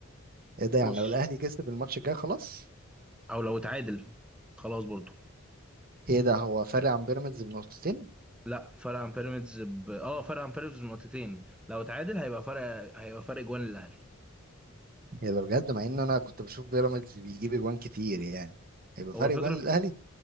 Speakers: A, on the right; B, in the centre.
A: ايه ده يعني
B: بص
A: لو الاهلي كسب الماتش الجاي خلاص
B: او لو اتعادل خلاص برضه
A: ايه ده هو فارق عن بيراميدز بنقطتين
B: لا فرق عن بيراميدز ب... اه فرق عن بيراميدز بنقطتين لو اتعادل هيبقى فرق هيبقى فرق جوان للاهلي
A: يا ده بجد مع ان انا كنت بشوف بيراميدز بيجيب اجوان كتير يعني هيبقى
B: هو
A: فرق
B: الفكره
A: اجوان للاهلي
B: في...